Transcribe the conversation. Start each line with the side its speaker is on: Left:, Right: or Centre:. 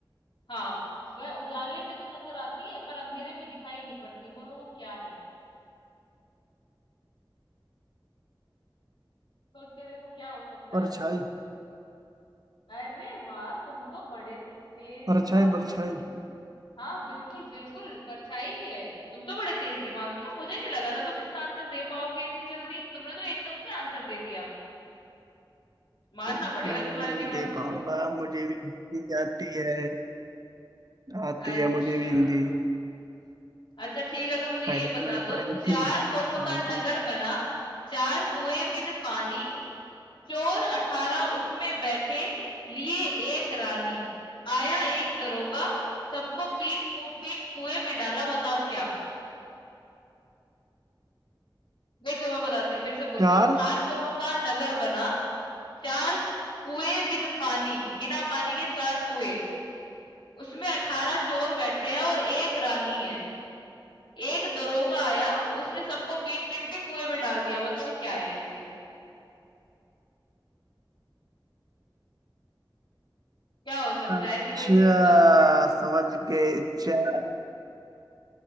Left: हाँ वह उजाले में तो नजर आती है पर अंधेरे में दिखाई नहीं पड़ती बोलो वो क्या है सोच के देखो क्या हो सकता
Right: परछाई
Left: है वो अरे वाह तुम तो बड़े तेज
Right: परछाई
Left: दिमाग
Right: परछाई
Left: के हो मुझ हाँ बिल्कुल बिल्कुल परछाई ही है तुम तो बड़े तेज दिमाग के हो मुझे नहीं लगा था तुम इसका आंसर दे पाओगे इतनी जल्दी तुमने तो एकदम से आंसर दे दिया मानना
Right: क्यों
Left: पड़ेगा तुम्हारे
Right: नहीं
Left: दिमाग
Right: दे
Left: को
Right: पाऊंगा मुझे भी हिंदी आती है आती
Left: अच्छा
Right: है मुझे भी हिंदी
Left: अच्छा ठीक है तो मुझे ये
Right: पहले तो
Left: बता
Right: मैंने
Left: दो
Right: पढ़ी
Left: चार
Right: थी
Left: कोनों
Right: हाँ
Left: का नगर
Right: जी
Left: बना चार कुएं बिन पानी चोर अठारह उसमें बैठे, लिए एक रानी। आया एक दरोगा, सबको पीट को पीट कुएं में डाला बताओ क्या? देखो मैं बताती हूँ फिर से बोलती
Right: चार
Left: हूँ चार कोनों का नगर बना चार कुएं बिन पानी बिना पानी के चार कुएं उसमें अठारह चोर बैठे हैं और एक रानी है एक दरोगा आया उसने सबको पीट पीट के कुएं में डाल दिया बताओ क्या है ये चीज क्या हो सकता
Right: अच्छा
Left: है ऐसी कोई चीज सोच के देखो
Right: समझ गए चार